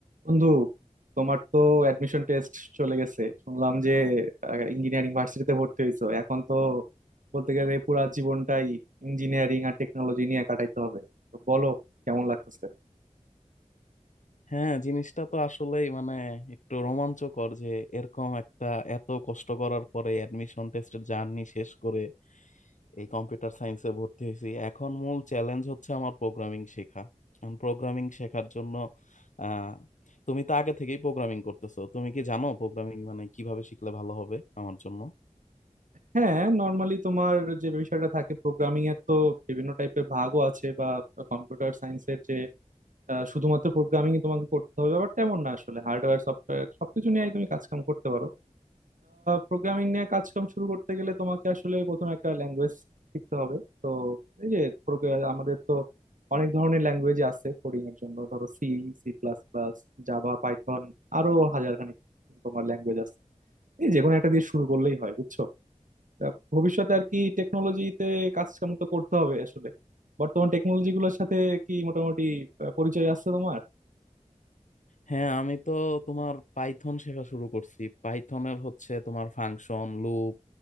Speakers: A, on the right; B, on the left.
A: বন্ধু তোমার তো অ্যাডমিশন টেস্ট চলে গেছে শুনলাম যে ইঞ্জিনিয়ারিং ভার্সিটিতে ভর্তি হয়েছো এখন তো বলতে গেলে পুরা জীবনটাই ইঞ্জিনিয়ারিং আর টেকনোলজি নিয়ে কাটাইতে হবে তো বলো কেমন লাগতেছে
B: হ্যাঁ জিনিসটা তো আসলেই মানে একটু রোমাঞ্চকর যে এরকম একটা এত কষ্ট করার পরে অ্যাডমিশন টেস্টের জার্নি শেষ করে এই কম্পিউটার সায়েন্সে ভর্তি হয়েছি এখন মূল চ্যালেঞ্জ হচ্ছে আমার প্রোগ্রামিং শেখা প্রোগ্রামিং শেখার জন্য আহ তুমি তো আগে থেকেই প্রোগ্রামিং করতেছো তুমি কি জানো প্রোগ্রামিং মানে কিভাবে শিখলে ভালো হবে আমার জন্য
A: হ্যাঁ নর্মালি তোমার যে বিষয়টা থাকে প্রোগ্রামিং এর তো বিভিন্ন টাইপের ভাগও আছে বা কম্পিউটার সায়েন্সের যে আহ, শুধুমাত্র প্রোগ্রামিং তোমাকে করতে হবে ব্যাপারটা এমন না আসলে হার্ডওয়্যার সফটওয়্যার সবকিছু নিয়েই তুমি কাজকাম করতে পারো প্রোগ্রামিং নিয়ে কাজকাম শুরু করতে গেলে তোমাকে আসলে প্রথমে একটা ল্যাঙ্গুয়েজ শিখতে হবে তো এই যে প্রোগ্রা- আমাদের তো অনেক ধরনের ল্যাঙ্গুয়েজ আছে কোডিং এর জন্য ধরো C C plus plus Java Python আরো হাজারখানেক তোমার ল্যাঙ্গুয়েজ আছে এই যে কোনো একটা দিয়ে শুরু করলেই হয় বুঝছো তা ভবিষ্যতে আর কি টেকনোলজিতে কাজ কাম তো করতে হবে আসলে বর্তমান টেকনোলজি গুলোর সাথে কি মোটামুটি আহ, পরিচয় আছে তোমার
B: হ্যাঁ আমি তো তোমার পাইথন শেখা শুরু করছি পাইথনের হচ্ছে তোমার ফাংশন লুপ